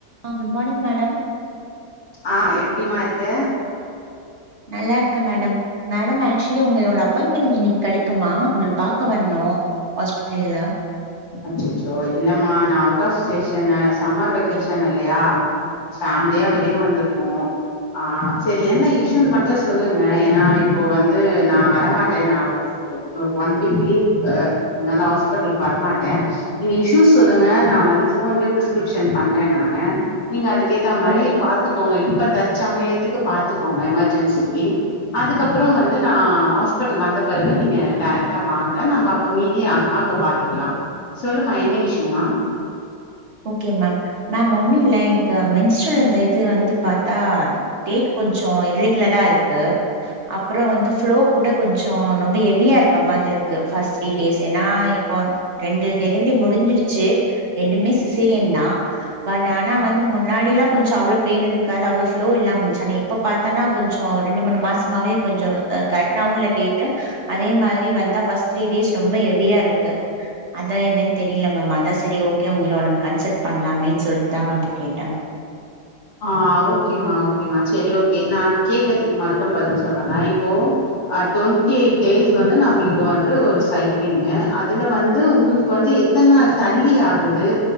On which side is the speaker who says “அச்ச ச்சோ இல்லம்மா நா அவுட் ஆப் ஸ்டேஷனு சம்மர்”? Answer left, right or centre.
Left